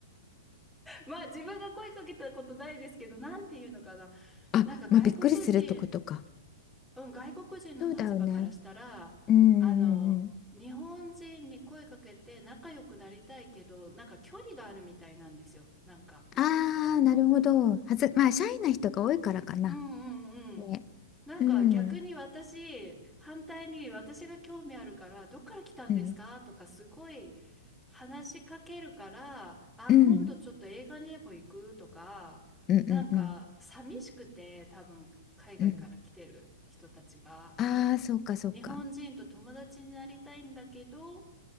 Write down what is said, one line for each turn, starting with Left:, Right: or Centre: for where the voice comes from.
Centre: まあ自分が声かけたことないですけど、なんていうのかな。
Left: あ、
Centre: なんか外国人
Left: まあ、びっくりするってことか
Centre: うん、外国人の立場からしたら、
Left: そうだよねうんうんうん
Centre: あの、日本人に声かけて仲良くなりたいけど、なんか距離があるみたいなんですよ。なんか、
Left: あ
Centre: その、
Left: あ、なるほど。はず、まあ、シャイな人が多いからかな。
Centre: うんうんうん。
Left: ね。
Centre: なんか逆に私、
Left: うん、
Centre: 反対に私が興味あるから、どっから来たんですかとかすごい
Left: うん、
Centre: 話しかけるから、あ、
Left: うん、
Centre: 今度ちょっと映画にでも行くとか、
Left: うん、うん、
Centre: なんか寂しくて、
Left: うん。
Centre: 多分海外から来てる人たちが。
Left: うんああ、そうか、そうか。
Centre: 日本人と友達になりたいんだけど、